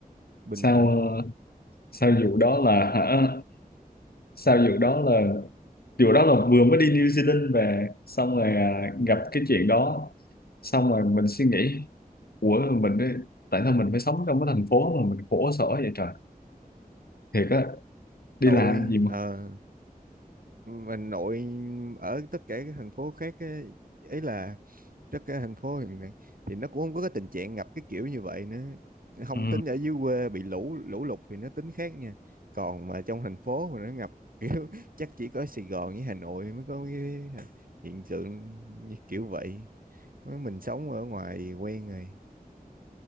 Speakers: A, on the right (about 65°); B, on the left (about 80°).
A: Bình
B: sao
A: Thạnh
B: ờ, sao vụ đó là hả sao vụ đó là vụ đó là vừa mới đi New Zealand về xong rồi à, gặp cái chuyện đó xong rồi mình suy nghĩ ủa mình ấy, tại sao mình phải sống trong cái thành phố mà mình khổ sở vậy trời thiệt á đi
A: nội
B: làm gì mà
A: ờ mình nội ở tất cả các thành phố khác á, ấy là tất cả thành phố hiện nay thì nó cũng không có cái tình trạng ngập cái kiểu như vậy nữa không
B: ừ.
A: tính ở dưới quê bị lũ lũ lụt thì nó tính khác nha còn mà trong thành phố mà nó ngập kiểu <laughs> chắc chỉ có Sài Gòn với Hà Nội mới có cái hiện tượng như kiểu vậy Mới mình sống ở ngoài quen rồi